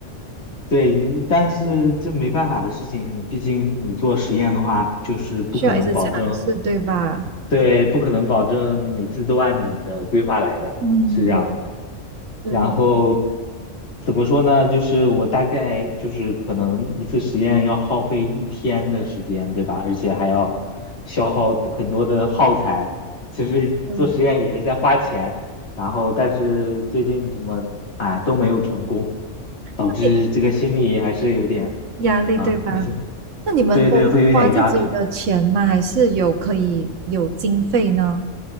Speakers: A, on the left (about 60°); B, on the right (about 75°).
A: 对，但是这没办法的事情，毕竟你做实验的话，就是不可能保证。
B: 需要一直尝试，对吧？
A: 对，不可能保证每次都按你的规划来的，
B: 嗯，
A: 是这样的。
B: 对，
A: 然后怎么说呢？就是我大概就是可能一次实验要耗费一天的时间，对吧？而且还要消耗很多的耗材。其实做实验也是在花钱，
B: 对，
A: 然后但是最近怎么哎都没有成功，导致这个心里还是有点
B: 那你压力对吧？
A: 啊，你说
B: 那你们都花自己的钱吗？
A: 对对，会有一点压力。
B: 还是有可以有经费呢？